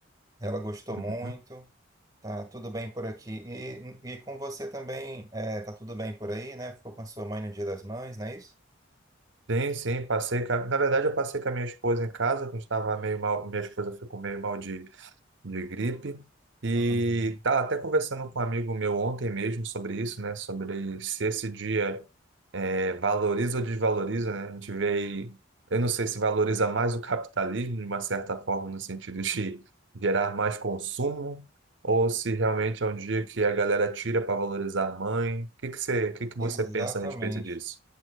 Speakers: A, on the right (about 20°); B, on the right (about 65°).
A: Ela gostou
B: Uhum.
A: muito. Tá tudo bem por aqui. E, e com você também, é, tá tudo bem por aí, né? Ficou com a sua mãe no Dia das Mães, não é isso?
B: Sim, sim, passei. com a- Na verdade, eu passei com a minha esposa em casa, que a gente estava meio mal. Minha esposa ficou meio mal de, de gripe. E
A: Uhum.
B: tá. até conversando com um amigo meu ontem mesmo sobre isso, né? Sobre se esse dia. é, valoriza ou desvaloriza, né? A gente vê aí, eu não sei se valoriza mais o capitalismo, de uma certa forma, no sentido de gerar mais consumo, ou se realmente é um dia que a galera tira para valorizar a mãe. O que que você, o que que você
A: Exatamente.
B: pensa a respeito disso?